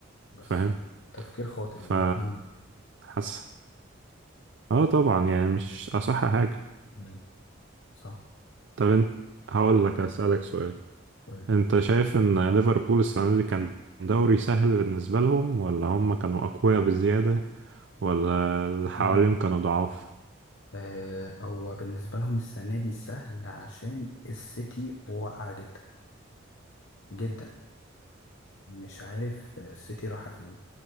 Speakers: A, on the left; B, on the right.
A: بس
B: فاهم
A: تفكير خاطئ
B: ف
A: جدا
B: حاسس اه طبعا يعني مش أصح حاجة
A: مم. صح
B: طب انت هقول لك أسألك سؤال
A: قول لي
B: انت شايف ان ليفربول السنة دي كان دوري سهل بالنسبة لهم ولا هم كانوا أقوياء بزيادة ولا اللي حواليهم
A: لا
B: كانوا ضعاف
A: آه، هو بالنسبة لهم السنة دي سهل عشان السيتي واقعة جدا جدا مش عارف السيتي رايحة فين